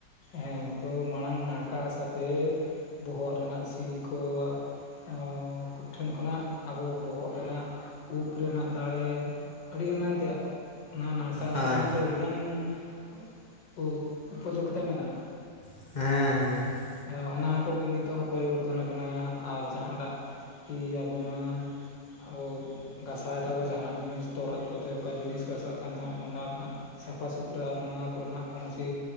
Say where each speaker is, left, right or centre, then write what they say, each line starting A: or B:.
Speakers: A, on the left; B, on the left.
A: ᱦᱮᱸ ᱛᱚ ᱢᱟᱲᱟᱝ ᱛᱟᱨᱥᱟᱛᱮ ᱵᱚᱦᱚᱜ ᱨᱮᱱᱟᱜ ᱥᱤ ᱠᱚ <unintelligible> ᱴᱷᱮᱱ ᱠᱷᱚᱱᱟᱜ ᱟᱵᱚ ᱵᱚᱦᱚᱜ ᱨᱮᱱᱟᱜ ᱩᱵ ᱨᱮᱱᱟᱜ ᱫᱟᱲᱮ ᱟᱹᱰᱤ ᱮᱢᱟᱱ ᱛᱮᱭᱟᱜ ᱚᱱᱟ ᱱᱟᱲᱠᱟ ᱦᱟᱥᱟ
B: ᱦᱳᱭ
A: ᱨᱮᱱᱟᱜ ᱫᱚ ᱟᱹᱰᱤᱜᱟᱱ <unintelligible> ᱩᱯᱚᱡᱩᱠᱛᱚ ᱢᱮᱱᱟᱜᱼᱟ ᱾
B: ᱦᱮᱸ ᱦᱮᱸ
A: ᱦᱮᱸ ᱚᱱᱟ ᱠᱚᱜᱮ ᱱᱤᱛᱚᱜ ᱦᱚᱸ ᱯᱚᱨᱤᱵᱚᱨᱛᱚᱱ ᱟᱠᱟᱱᱟ ᱟᱨ ᱡᱟᱦᱟᱸᱴᱟᱜ ᱠᱤ ᱟᱵᱚ ᱱᱚᱣᱟ ᱟᱵᱚ ᱜᱟᱥᱟᱭ ᱫᱟᱵᱚ ᱡᱟᱦᱟᱱᱟᱜ ᱡᱤᱱᱤᱥ ᱛᱚᱨᱚᱡ ᱠᱚᱛᱮ ᱚᱠᱟ ᱡᱤᱱᱤᱥ᱾ ᱪᱟᱥᱟᱜ ᱠᱟᱱ ᱛᱟᱦᱮᱸᱫ ᱚᱱᱟ ᱨᱮᱱᱟᱜ ᱥᱟᱯᱷᱟ ᱥᱩᱛᱨᱟᱹ ᱟᱨ ᱚᱱᱟ ᱠᱚᱨᱮᱱᱟᱜ ᱠᱳᱱᱥᱤ᱾